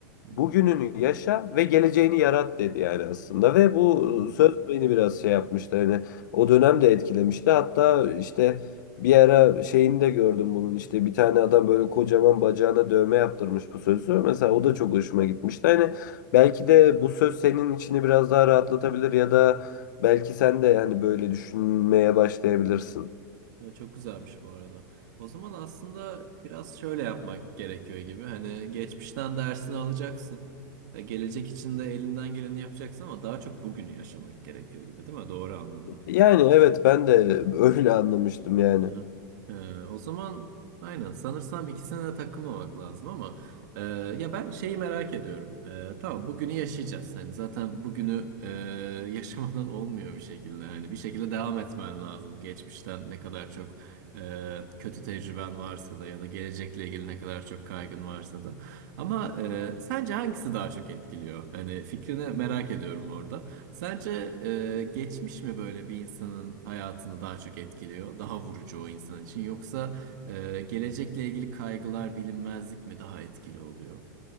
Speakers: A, on the right; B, on the left.
A: Hı hı.
B: bugününü yaşa ve geleceğini yarat dedi yani aslında. Ve bu
A: Hmm.
B: söz beni biraz şey yapmıştı. Hani o dönem de etkilemişti. Hatta işte bir ara şeyini de gördüm bunun. İşte bir tane adam böyle kocaman bacağına dövme yaptırmış bu sözü. Mesela o da çok hoşuma gitmişti. Hani belki de bu söz senin içini biraz daha rahatlatabilir ya da Belki sen de yani böyle düşünmeye başlayabilirsin.
A: Ya çok güzelmiş bu arada. O zaman aslında biraz şöyle yapmak gerekiyor gibi. Hani geçmişten dersini alacaksın. Ya gelecek için de elinden geleni yapacaksın ama daha çok bugünü yaşamak gerekiyor gibi değil mi? Doğru anladım.
B: Yani evet ben de <laughs> öyle anlamıştım yani.
A: Hı hı. Ee, o zaman aynen sanırsam ikisine de takılmamak lazım ama e, ya ben şeyi merak ediyorum. E, tamam bugünü yaşayacağız. Hani zaten bugünü e, <laughs> yaşamadan olmuyor bir şekilde. Hani bir şekilde devam etmen lazım. Geçmişten ne kadar çok e, kötü tecrüben varsa da ya da gelecekle ilgili ne kadar çok kaygın varsa da. Ama e, sence hangisi daha çok etkiliyor? Hani fikrini merak ediyorum orada. Sence e, geçmiş mi böyle bir insanın hayatını daha çok etkiliyor, daha vurucu o insan için yoksa e, gelecekle ilgili kaygılar, bilinmezlik mi daha etkili oluyor?